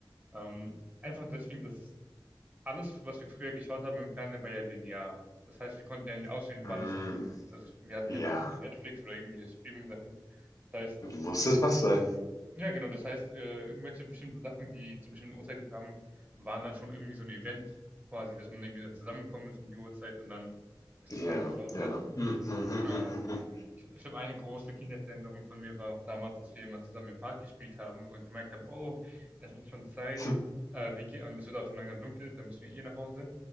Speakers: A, on the right; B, on the left.
A: ähm, einfach deswegen, dass es alles, was wir früher geschaut haben im Fernsehen, war ja linear. Das heißt, wir konnten ja nicht auswählen,
B: Mm,
A: wann es kommt. Also wir hatten
B: ja,
A: ja damals kein Netflix oder irgendwelche Streaming-Sachen. Das heißt,
B: muss es was sein?
A: Ja, genau. Das heißt, äh, irgendwelche bestimmten Sachen, die zu bestimmten Uhrzeiten kamen, waren dann schon irgendwie so ein Event quasi, dass man irgendwie da zusammengekommen ist um die Uhrzeit und dann das zusammen
B: Ja,
A: geschaut
B: ja.
A: hat.
B: Mm, mm, mm,
A: Oder
B: mm,
A: ich, ich habe eine große Kindheitserinnerung von mir war auch damals, dass wir immer zusammen im Park gespielt haben und gemerkt haben, oh, es ist schon Zeit,
B: mm,
A: äh, wir gehen, und es wird auch schon langsam dunkel, dann müssen wir eh nach Hause.